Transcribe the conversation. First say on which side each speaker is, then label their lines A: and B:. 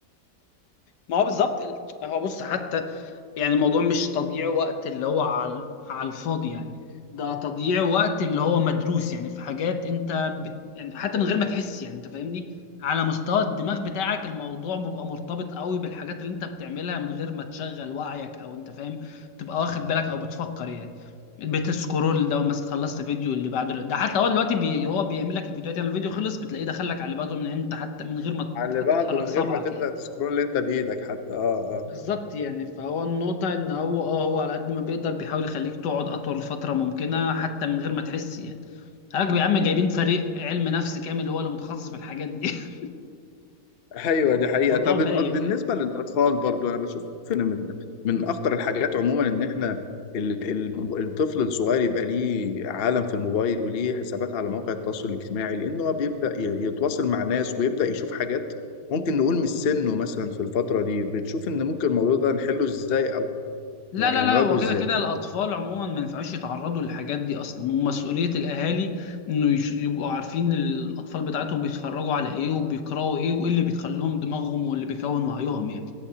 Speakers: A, on the left (about 75°); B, on the left (about 45°).
A: ما هو بالظبط ال- هو بص حتى يعني الموضوع مش تضييع وقت اللي هو على على الفاضي يعني ده تضييع وقت اللي هو مدروس يعني في حاجات انت بت... يعني حتى من غير ما تحس يعني انت فاهمني على مستوى الدماغ بتاعك الموضوع بيبقى مرتبط قوي بالحاجات اللي انت بتعملها من غير ما تشغل وعيك او انت فاهم تبقى واخد بالك او بتفكر يعني بتسكرول ده مثلا خلصت فيديو اللي بعده ده حتى هو دلوقتي بي... هو بيعمل لك الفيديوهات يعني الفيديو خلص بتلاقيه دخل لك على اللي بعده من انت حتى من غير ما
B: على اللي
A: حتى
B: بعده
A: تحرك
B: من
A: صبعك
B: غير ما تبدأ
A: يعني
B: تسكرول اللي انت بإيدك حتى اه اه
A: بالظبط يعني فهو النقطة إن هو أه هو على قد ما بيقدر بيحاول يخليك تقعد أطول فترة ممكنة حتى من غير ما تحس يعني حضرتك يا عم جايبين فريق علم نفس كامل هو اللي متخصص في الحاجات دي <laughs>
B: ايوه دي حقيقة
A: الموضوع
B: طب
A: بايخ
B: الأ- بالنسبة
A: يعني
B: للأطفال برضو انا بشوف ان من من اخطر الحاجات عموما ان احنا ال- ال- الطفل الصغير يبقى ليه عالم في الموبايل وليه حسابات على مواقع التواصل الاجتماعي لأنه هو بيبدأ ي- يتواصل مع ناس ويبدأ يشوف حاجات ممكن نقول مش سنه مثلا في الفترة دي بتشوف ان ممكن الموضوع ده نحله ازاي او
A: لا
B: يعني
A: لا لا
B: نواجهه
A: هو
B: ازاي
A: كده كده الأطفال عموما ما ينفعوش يتعرضوا للحاجات دي أصلا ومسؤولية الأهالي إنه يش- يبقوا عارفين الأطفال بتاعتهم بيتفرجوا على إيه وبيقرأوا إيه وإيه اللي بيخليهم دماغهم واللي بيكون وعيهم يعني